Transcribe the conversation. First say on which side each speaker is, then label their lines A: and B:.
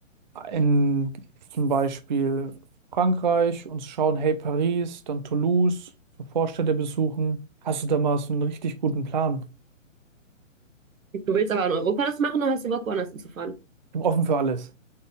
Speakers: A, on the right; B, on the right.
A: in zum Beispiel Frankreich und schauen, hey Paris, dann Toulouse, so Vorstädte besuchen. Hast du da mal so einen richtig guten Plan?
B: Du willst aber in Europa das machen oder hast du Bock, woanders hinzufahren?
A: Ich bin offen für alles.